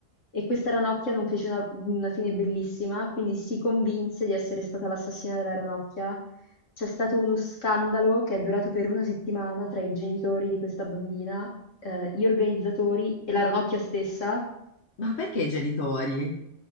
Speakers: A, on the left; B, on the left.
A: e questa ranocchia non fece una, una fine bellissima, quindi si convinse di essere stata l'assassina della ranocchia. C'è stato uno scandalo che è durato per una settimana tra i genitori di questa bambina, eh, gli organizzatori e la ranocchia stessa.
B: Ma perché i genitori?